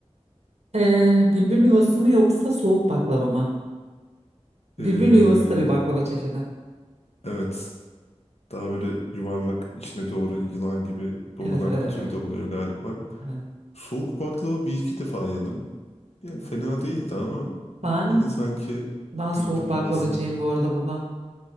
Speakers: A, on the right; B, on the left.
A: Ee, bülbül yuvası mı yoksa soğuk baklava mı? Bülbül
B: Eee,
A: yuvası da bir baklava çeşidi.
B: evet. Daha böyle yuvarlak içine doğru yılan gibi dolanan
A: Evet evet
B: bir tür
A: evet.
B: de oluyor galiba.
A: evet.
B: Soğuk baklava bir iki defa yedim. Yani fena değildi ama
A: Ben
B: yine sanki
A: ben soğuk
B: bülbül
A: baklavacıyım
B: yuvasını.
A: bu arada burada.